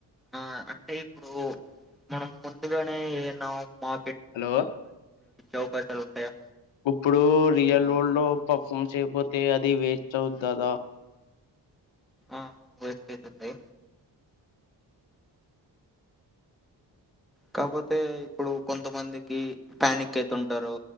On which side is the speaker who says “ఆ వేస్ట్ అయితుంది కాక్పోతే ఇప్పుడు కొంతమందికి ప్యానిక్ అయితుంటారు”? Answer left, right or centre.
Centre